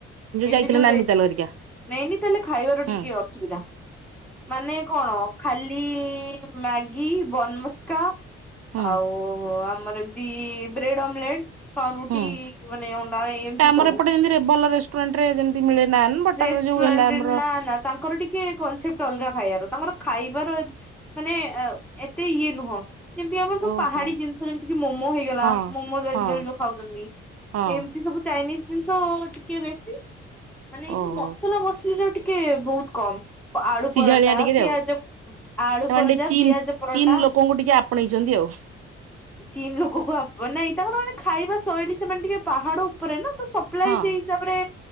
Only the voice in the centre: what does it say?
ଏବେ
ଯୋଉ
ଯାଇଥିଲି
ନାଇନିତାଲେ ଖାଇବାର
ଟିକେ ଅସୁବିଧା। ମାନେ କଣ ଖାଲି ମ୍ୟାଗି ବନମସ୍କା
ଆଉ ଆମର ଏମିତି। କି ବ୍ରେଡ଼ ଅମଲେଟ। ପାଉରୁଟି
ମାନେ ଅଣ୍ଡା ଏମିତି
ସବୁ।
ରେଷ୍ଟୁରାଣ୍ଟ
ରେ
ନା ନା ତାଙ୍କର ଟିକେ କନସେପ୍ଟ ଅଲଗା ଖାଇବାର ତାଙ୍କର ଖାଇବାର ମାନେ ଅ ଏତେ ଇଏ ନୁହଁ ଯେମିତି ଆମର ସବୁ
ପାହାଡି ଜିନି ଯେମିତି କି ମୋମୋ ହେଇଗଲା
ମୋମୋ ଆଜିକାଲି
ଯୋଉ ଖାଉଛନ୍ତି
ଏମିତି ସବୁ ଚାଇନିସ ଜିନିଷ ଟିକେ ବେଶୀ। ମାନେ ଏଇ
ଯୋଉ ମସଲା ମସଲି ର ଟିକେ ବହୁତ କମ ଆଳୁ
ପରଟା
ପିଆଜ
ଆଳୁ
ପରଜା
ପିଆଜ ପରଟା
ଚୀନ ଲୋକ କୁ ଆପ ନାଇଁ ତାଙ୍କର ମାନେ ଖାଇବା ଶୈଳୀ ସେମାନେ ଟିକେ ପାହାଡ ଉପରେ ନା ତ ସପ୍ଲାଏ
ସେଇ ତାପରେ।